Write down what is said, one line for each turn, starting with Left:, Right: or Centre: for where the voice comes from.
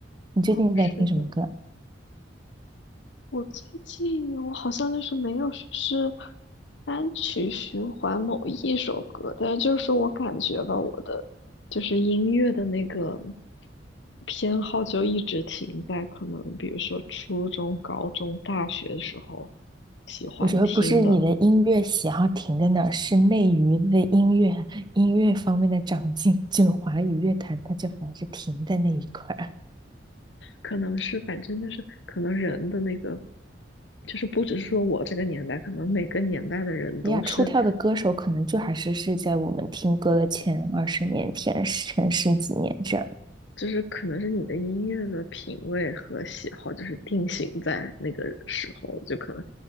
Right: 你最近在听什么歌？
Left: 哦，是的，我最近我好像就是没有说是单曲循环某一首歌，但是就是我感觉吧，我的就是音乐的那个偏好就一直停在可能比如说初中、高中、大学的时候喜欢听的，
Right: 我觉得不是你的音乐喜好停在那儿，是内娱的音乐音乐方面的长进，就华语乐坛它就还是停在那一块儿啊。
Left: 可能是反正就是可能人的那个。就是不只是说我这个年代，可能每个年代的人都是
Right: 你俩出跳的歌手可能就还是是在我们听歌的前二十年、前十前十几年这样，
Left: 就是可能是你的音乐的品味和喜好，就是定型在那个时候，就可能